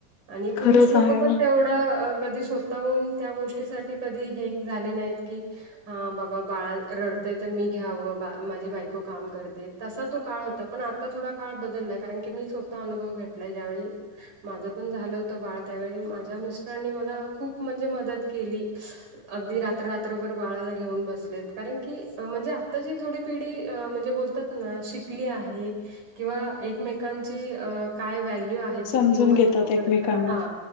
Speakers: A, on the right; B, on the left.
A: आणि
B: खरंच
A: पुरुष लोकं
B: आहे
A: पण
B: ग
A: तेवढे कधी स्वतःहून त्या गोष्टीसाठी कधी हे झाले नाहीत की हा बाबा बाळा रडतय तर मी घ्यावं बा माझी बायको काम करते तसा तो काळ होता पण आता थोडा काळ बदललाय कारण की मी स्वतः अनुभव घेतलाय ज्यावेळी माझं पण झालं होत बाळ त्यावेळी माझ्या मिस्टरांनी मला खूप म्हणजे मदत केली अगदी रात्र रात्रभर बाळाला घेऊन बसलेत कारण की म्हणजे आता जी थोडी पिढी म्हणजे बोलतात ना शिकली आहे. किंवा एकमेकांची काय व्हॅल्यू आहे ती
B: समजून
A: किंमत
B: घेतात
A: लोकांना
B: एकमेकांना
A: हा